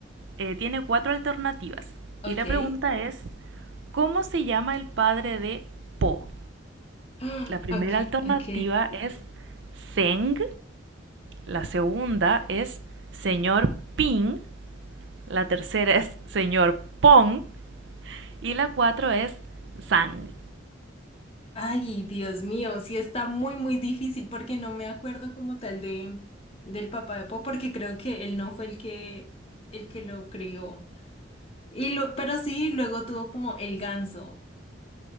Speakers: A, on the right; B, on the left.
A: eh, tiene cuatro alternativas.
B: Ok.
A: Y la
B: <gasps>
A: pregunta es, ¿cómo se llama el padre de Po?
B: Ah,
A: La primera
B: Ok,
A: alternativa
B: ok.
A: es Zeng, la segunda es señor Ping, la tercera es señor Pong y la cuatro es Zhang.
B: Ay, Dios mío, sí está muy, muy difícil porque no me acuerdo como tal de del papá de Po, porque creo que él no fue el que el que lo crió. Y lo, pero sí, luego tuvo como el ganso,